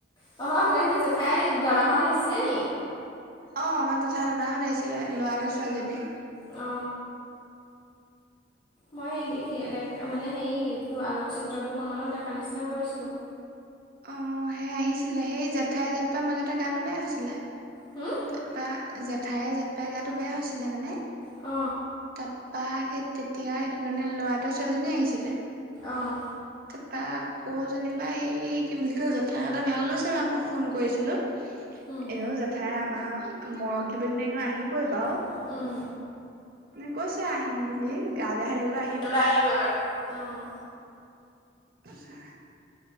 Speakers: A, on the left (about 25°); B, on the right (about 50°).
A: তহঁতক সুধেনি জেঠাই দাদাহঁত আহিছিলে নি?
B: অ আমাৰ তথা নাহত আহিছিলে ল'ৰাটো ছোৱীজনী।
A: অ। মই সেই দেখি মানে সেইটো আলোকচিত্ৰ দুখনমানৰ দেখা নিচিনা কৰিছিলো।
B: অ সেই আহিছিলে সেই জেঠাই জেততা মাজতে গাটো বেয়া হৈছিলে।
A: হুম,
B: <unintelligible> পা জেঠাই জেঠপাই গাটো বেয়া হৈছিলে মানে
A: অ।
B: তা পা সেই তেতিয়া সেইটো কাৰণে লৰাটোৱে ছোৱালীজনী আহিছিলে।
A: অঁ,
B: তা পা কৌ যেনিবা সেই কি বুলি কয় জেঠাহঁত ভাল হৈছে বা আমোক ফোন কৰিছিলো।
A: উম।
B: এনেও জেঠাই আমাৰ মৰমটো বেহনে এনেও আহিবই বাও।
A: বাও উম
B: মানে কৈছে আহিম বুলি গা বেয়া হৈ থাকিলো আহি
A: থাকিলো আহিবই মানে অহ
B: আচ্ছা।